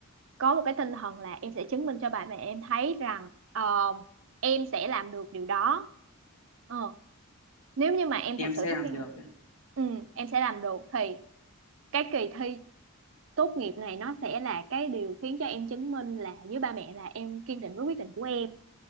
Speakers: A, on the right; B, on the left.
A: có một cái tinh thần là em sẽ chứng minh cho bà mẹ em thấy rằng ờ, em sẽ làm được điều đó ờ, nếu như mà em
B: em
A: thật
B: sẽ
A: sự thích
B: làm
A: cái
B: được
A: ngành ừ, em sẽ làm được thì cái kỳ thi tốt nghiệp này nó sẽ là cái điều khiến cho em chứng minh là với ba mẹ là em kiên định với quyết định của em